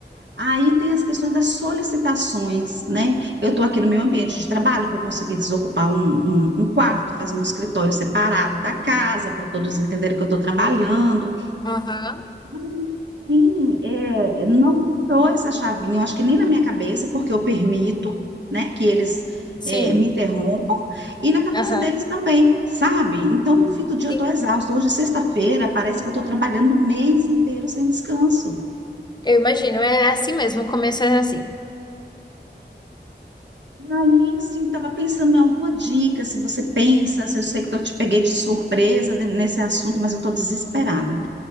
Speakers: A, on the right; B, on the left.
A: Aí tem as questões das solicitações, né? Eu estou aqui no meu ambiente de trabalho, que eu consegui desocupar um, um, um quarto, fazer um escritório separado da casa, para todos entenderem que eu estou trabalhando.
B: aham.
A: Mas, Sim, é, é, não virou essa chavinha, eu acho que nem na minha cabeça, porque eu permito, né, que eles
B: Sim,
A: é, me interrompam, e na cabeça
B: aham.
A: deles também, sabe? Então, no fim do dia, eu
B: Sim,
A: estou exausta. Hoje, sexta-feira, parece que eu estou trabalhando o mês inteiro sem descanso.
B: eu imagino. É assim mesmo, o começo é assim.
A: E aí, assim, estava pensando em alguma dica, se você pensa, se eu sei que eu te peguei de surpresa de- nesse assunto, mas eu estou desesperada.